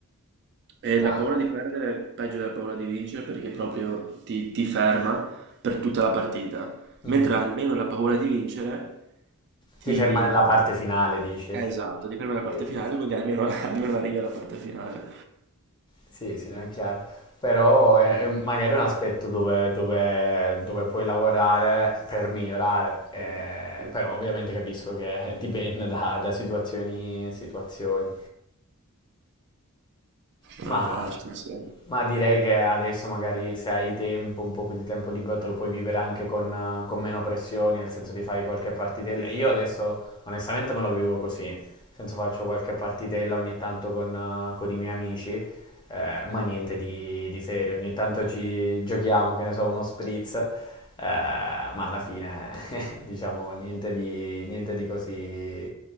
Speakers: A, on the right; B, on the left.
A: E
B: No.
A: la paura di perdere è peggio della paura di vincere perché proprio ti, ti ferma per tutta la partita.
B: mhm.
A: Mentre almeno la paura di vincere ti,
B: Ti ferma nella parte finale, dice.
A: eh, esatto, di prendere
B: Sì,
A: la parte
B: sì,
A: finale,
B: sì.
A: quindi almeno <laughs> almeno arrivi alla parte finale.
B: Sì, sì, no, è chiaro. Però è, è magari un aspetto dove, dove- dove puoi lavorare per migliorare,
A: Sì,
B: eh,
A: sì,
B: però
A: sì.
B: ovviamente capisco che <laughs> dipende da, da situazioni, situazioni. Ma,
A: Non è facile, sì.
B: ma direi che adesso magari se hai tempo, un po' più di tempo libero, te lo puoi vivere anche con, con meno pressioni, nel senso ti fai qualche partitella. Io adesso onestamente me lo vivo così, nel senso faccio qualche partitella ogni tanto con, con i miei amici, eh, ma niente di, di serio, ogni tanto ci giochiamo, che ne so, uno spritz, eh, ma alla fine <laughs> diciamo niente di, niente di così